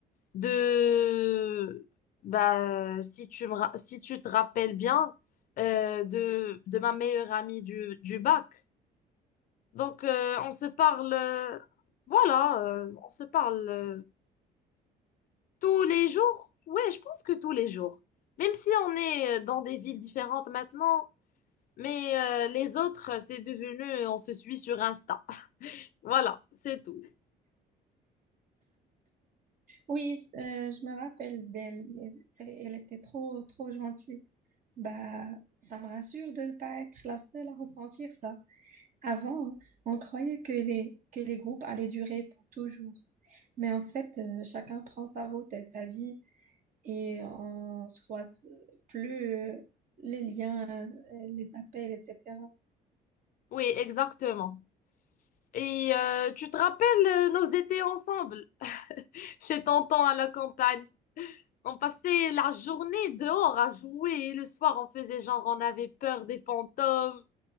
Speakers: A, on the left; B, on the right.
A: de, bah, si tu me, ra- si tu te rappelles bien, euh, de, de ma meilleure amie du, du bac. Donc, euh, on se parle, euh, voilà, euh, on se parle euh, tous les jours. Ouais, je pense que tous les jours. Même si on est euh, dans des villes différentes maintenant, mais euh, les autres, euh, c'est devenu, euh, on se suit sur Insta. <laughs> Voilà, c'est tout.
B: Oui, euh, je me rappelle d'elle, mais c'est- elle était trop, trop gentille. Bah, ça me rassure de ne pas être la seule à ressentir ça. Avant, on croyait que les, que les groupes allaient durer pour toujours. Mais en fait, euh, chacun prend sa route et sa vie. et on se croise plus euh, les liens, euh, les appels, etc.
A: Oui, exactement. Et euh, tu te rappelles euh, nos étés ensemble, <laughs> chez Tonton à la campagne. On passait la journée dehors à jouer et le soir, on faisait genre, on avait peur des fantômes.